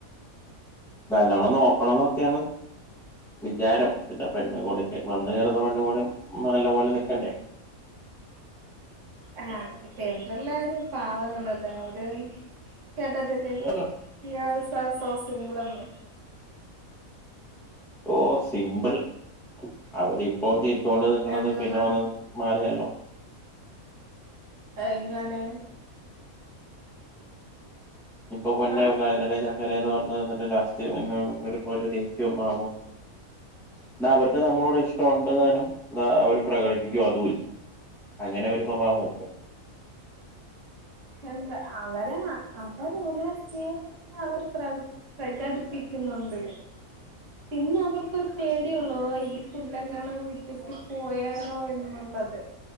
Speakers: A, in the centre; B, on the right.
A: നല്ലോണം നോക്കണംന്നൊക്കെയാണ് വിചാരം പിന്നെ പെണ്ണ് <unintelligible> വന്ന് കേറ്ന്ന പെണ്ണ് കൂടിം നല്ല പോലെ നി ക്കണ്ടെ
B: ആ പെമ്പിള്ളേര് പാവങ്ങളല്ലെ അവര്
A: <inaudible>
B: കേട്ടിട്ടില്ലേ ഗേൾസ് ആർ സോ സിമ്പിൾ എന്ന്
A: ഓ സിമ്പിൾ അവരിപ്പോതില് ചോണ്ട് നിക്ക്ണത്
B: എന്തതാ
A: പിന്നെ വന്ന് <unintelligible>
B: എങ്ങനെ
A: ഇപ്പൊ പൊന്നെ
B: ആഹ്
A: ഓ കരളേന ന്ന് പറഞ്ഞത് തന്നിട്ട് ലാസ്റ്റ് വരുമ്പോ ദേശീവും ഭാവവും എന്ന അവർക്ക് നമ്മളോട് ഇഷ്ടം ഉണ്ടാനും അവര് പ്രകടിപ്പിക്കും അതുമല്ല അങ്ങനെ ഒരു സ്വഭാവമായിരിക്കും
B: എന്താ അവരാ അവരുള്ള സ്ത്രീ എല്ലാം അവര് പ്ര പ്രകടിപ്പിക്കുന്നുണ്ട് പിന്നെ അവർക്കൊരു പേടിയള്ളോ ഈ പുല്ല കണ വിട്ടിട്ട് പോയാലോ എന്നുള്ളത്